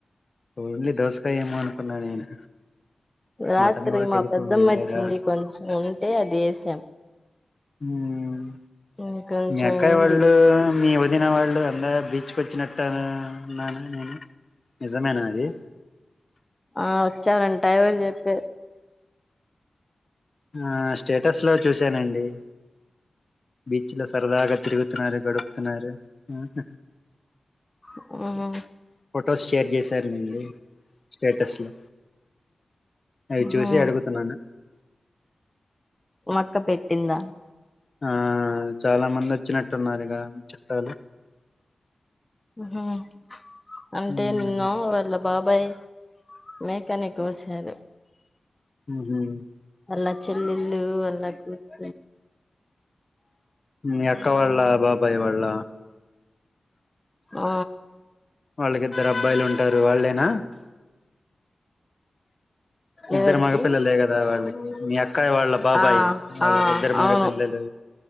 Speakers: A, on the left; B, on the left.
A: ఓన్లీ దోసకాయ ఏమో అనుకున్నా నేను
B: రాత్రి
A: మటన్ కూడా
B: మా
A: టెలిఫోన్
B: పెద్దమ్మ
A: వినలేదా
B: వచ్చింది కొంచెం ఉంటే అది వేసాం
A: హ్మ్మ్
B: ఇంకొంచెం
A: మీ అక్కయ
B: ఉంది
A: వాళ్ళు మీ వదిన వాళ్ళు అందే బీచ్కు చ్చినట్టున్నాను నేను నిజమేనా అది
B: ఆ వచ్చారంట ఎవరు చెప్పే
A: ఆ స్టేటస్ లో చూసానండి బీచ్ లో సరదాగా తిరుగుతున్నారు గడుపుతున్నారు హు హ్మ్మ్
B: హు హు
A: ఫొటోస్ షేర్ చేశారు లేండి స్టేటస్లో అవి
B: ఉహు
A: చూసి అడుగుతున్నాను
B: మా అక్క పెట్టిందా
A: ఆ చాలా మంది వచ్చినట్టున్నారుగ చుట్టాలు
B: హు హ్మ్మ్ అంటే
A: ఉమ్,
B: నిన్న వాళ్ళ బాబాయ్ మేకాని కోశారు
A: హు హ్మ్మ్
B: అల్లా చెల్లల్లు అల్లా కూర్చ
A: మీ అక్క వాళ్ళ బాబాయి వాళ్ళ
B: ఆ
A: వాళ్ళకిద్దరు అబ్బాయిలు ఉంటారు వాళ్ళేనా <inaudible> ఇద్దరు
B: ఎవరికి
A: మగ పిల్లలే కదా వాళ్ళకి మీ అక్కాయి వాళ్ళ బాబాయ్
B: ఆ
A: వాళ్ళకి
B: ఆ
A: ఇద్దరు మగపిల్లలు
B: అవును